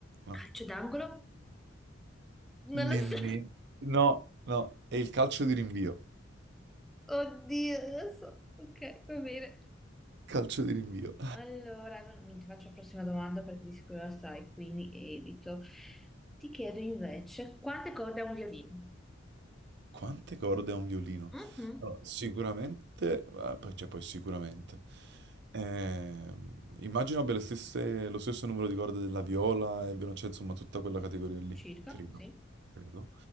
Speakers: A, on the right; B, in the centre.
A: No.
B: Calcio d'angolo? Non
A: Nemmeno.
B: lo so.
A: No, no, è il calcio di rinvio.
B: <laughs> Oddio, non lo so. Ok, va bene.
A: Calcio di rinvio.
B: Allora, non non ti faccio la prossima domanda perché di sicuro la sai, quindi evito. Ti chiedo invece, quante corde ha un violino?
A: Quante corde ha un violino?
B: Mhm,
A: No, sicuramente, ah, poi- cioè poi sicuramente. Ehm, immagino abbia le stesse- lo stesso numero di corde della viola e violoncello, insomma, tutta quella categoria lì,
B: Circa,
A: credo.
B: sì.
A: Credo.